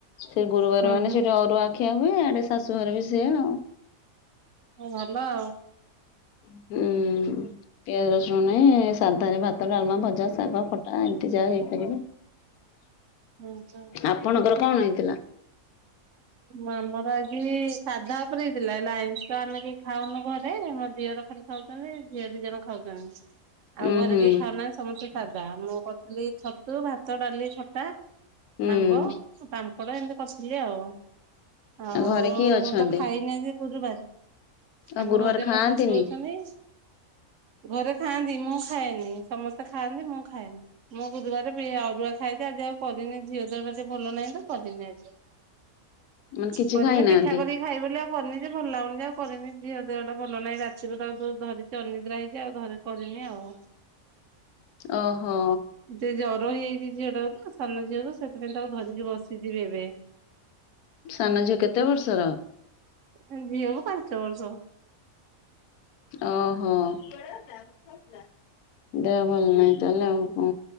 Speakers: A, on the left; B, on the right.
A: ସେ ଗୁରୁବାରେ
B: ହୁଁ
A: ମାନେ
B: ହୁଁ
A: ସେଠି ଅରୁଆ ଖିଆ ହୁଏ ଆଡ଼େ ଶାଶୁଘରେ ବି ସେଆ ଆଉ।
B: ଉଁ ଭଲ ଆଉ।
A: ଉଁ। ପିଆଜ ରସୁଣ ନାଇ ସାଧାରେ ଭାତ ଡ଼ାଲମା ଭଜା ଶାଗ ଖଟା ଏମିତି ଯାହା ହେଇପାରିବ।
B: ହୁଁ ହୁଁ।
A: ଆପଣଙ୍କର କଣ ହେଇଥିଲା?
B: ମାମର ଆଜି ସାଧା ଓପରେ ହେଇଥିଲା ଲ ଆଇଁଷ ଆମେ କେଇ ଖାଉନୁ ଘରେ ମୋ ଝିଅର ଖାଲି ଖାଉଛନ୍ତି ଝିଅ ଦି ଜଣ ଖାଉଛନ୍ତି। ଆଉ
A: ଉଁ
B: ଘରେ
A: ହୁଁ
B: କେଇ ଖାଉନା ସମସ୍ତେ ସାଧା ମୁଁ କରିଥିଲି ଛତୁ ଭାତ ଡ଼ାଲି ଖଟା।
A: ହୁଁ
B: ଆମ୍ବ ପାମ୍ପଡ଼ ଏମିତି କରିଥିଲି ଆଉ। ଆଉ
A: ଘରେ କିଏ
B: ମୁଁ
A: ଅଛନ୍ତି?
B: ତ ଖାଇନି ଆଜି ଗୁରୁବାରେ।
A: ଆଉ
B: ଆମ
A: ଗୁରୁବାର
B: ଘରେ
A: ଖାଆନ୍ତିନି
B: ମୋ ଶାଶୁ ଅଛନ୍ତି। ଘରେ ଖାଆନ୍ତି ମୁଁ ଖାଏନି ସମସ୍ତେ ଖାଆନ୍ତି ମୁଁ ଖାଏନି। ମୁଁ ଗୁରୁବାରେ ବି ଅରୁଆ ଖାଇଦେ ଆଜି ଆଉ କରିନି ଝିଅ ଦେହଟା ଭଲ ନାହିଁ ତ କରିନି ଆଜି।
A: ମାନେ କିଛି
B: କରିନି
A: ଖାଇନାହାନ୍ତି
B: ପିଠା କରିକି ଖାଇ ବୋଲି ଆଉ କରିନି ଯେ ଭଲ ଲାଗୁନି ଯେ ଆଉ କରିନି ଝିଅ ଦେହଟା ଭଲ ନାହିଁ ରା ଚିରେ ତ ତାକୁ ଦଉ ଧରିଛି ଅନିଦ୍ରା ହେଇଛି ଆଉ ଧ କରିନି ଆଉ।
A: ଓହୋ।
B: ଯେ ଜର ହେଇଯାଇଛି ଝିଅ ଟାକୁ ତ ସାନ ଝିଅକୁ ସେଥିପାଇଁ ତାକୁ ଧରିକି ବସିଯିବି ଏବେ।
A: ସାନ ଝିଅ କେତେ ବର୍ଷର?
B: ସା ଝିଅକୁ ପାଞ୍ଚ ବର୍ଷ।
A: ଓହୋ। ଦେହ ଭଲ ନାହିଁ ତାହେଲେ ଆଉ କ